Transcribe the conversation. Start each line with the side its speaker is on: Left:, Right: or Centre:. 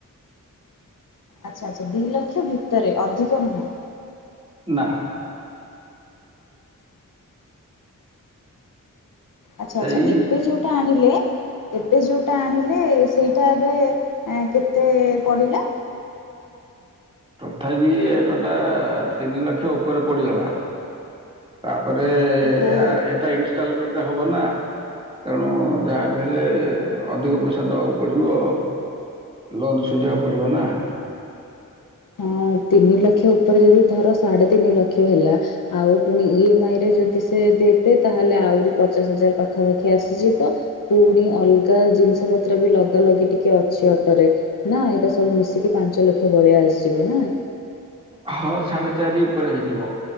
Left: ଆଚ୍ଛା ଆଚ୍ଛା ଦିଇ ଲକ୍ଷ ଭିତରେ ଅଧିକ ନୁହେଁ।
Right: ନା।
Left: ଆଚ୍ଛା
Right: ସେଇ
Left: ଆଚ୍ଛା ଏବେ ଯୋଉଟା ଆଣିଲେ ଏବେ ଯୋଉଟା ଆଣିଲେ ସେଇଟା ଏବେ କେତେ ପଡ଼ିଲା?
Right: ତଥାପି ଏଟୋଟା ତିନି ଲକ୍ଷ ଉପରେ ପଡିଗଲା। ତାପରେ
Left: ଓହୋ
Right: ଏଟା ଇନଷ୍ଟଲମେଣ୍ଟ ହବ ନା? ତେଣୁ ଯାହା ବିି ହେଲେ ଅଧିକ ପଇସା ଦେବାକୁ ପଡ଼ିବ। ଲୋନ୍ ସୁଝିବାକୁ ପଡିବ ନା।
Left: ହଁ ତିନି ଲକ୍ଷ ଉପରେ ଯଦି ଧର ସାଢେ ତିନି ଲକ୍ଷ ହେଲା। ଆଉ ପୁଣି ଇଏ ମାଇରେ ଯଦି ସେ ଦେବେ ତାହେଲେ ଆହୁରି ପଚାଶ ହଜାର ପାଖାପାଖି ଆସିଯିବ। ପୁଣି ଅଲଗା ଜିନିଷ ପତ୍ର ବି ଲଗା ଲଗି ଟିକେ ଅଛି ଅଟୋରେ। ନା ଏଇଟା ସବୁ ମିଶିକି ପାଞ୍ଚ ଲକ୍ଷ ଭଳିଆ ଆସିଯିବ ନା।
Right: ହଁ ସାଢେ ଚାରି ଉପରେ ହେଇଯିବ